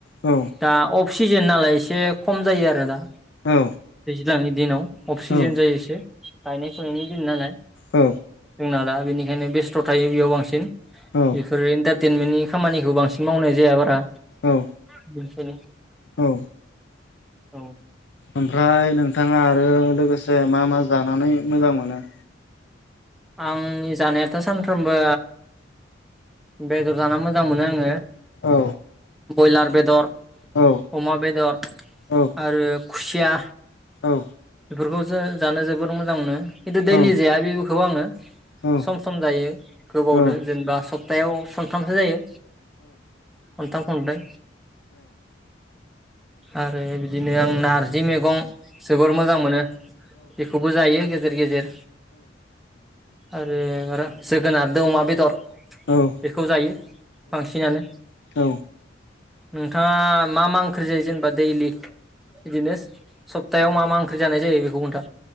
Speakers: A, on the left; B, in the centre.
A: औ
B: दा अफ सिजेन नालाय एसे खम जायो आरो दा
A: औ
B: दैज्लांनि दिनाव अफसिजेन
A: औ
B: जायो गायनाय फुनायनि दिन नालाय
A: औ
B: जोंना दा बेनिखायनो बेस्थ' थायो बेयाव बांसिन
A: औ
B: बेफोरो इन्टारटेनमेन्टनि खामानिखौ बांसिन मावनाय जाया बारा
A: औ
B: खनसेनो
A: औ
B: औ
A: ओमफ्राय नोंथाङा आरो लोगोसे मा मा जानानै मोजां मोनो
B: आंनि जानायाथ' सानफ्रोमबो बेदर जाना मोजां मोनो आङो
A: औ
B: ब्रयलार बेदर
A: औ
B: अमा बेदर
A: औ
B: आरो खुसिया
A: औ
B: बेफोरखौसो जानो जोबोर मोजां मोनो खिन्थु दैलि
A: औ
B: जाया बेखौ आङो
A: औ
B: सम सम जायो गोबावदो
A: औ
B: जेनेबा सप्तायाव सानथामसो जायो खन्थाम खनब्रै आरो बिदिनो आं नारजि मैगं जोबोर मोजां मोनो बेखौबो जायो गेजेर गेजेर आरो जोगोनार दो अमा बेदर
A: औ
B: बेखौ जायो बांसिनानो
A: औ
B: नोंथाङा मा मा ओंख्रि जायो जेनेबा दैलि बिदिनो सप्तायाव मा मा ओंख्रि जानाय जायो बेखौ खोनथा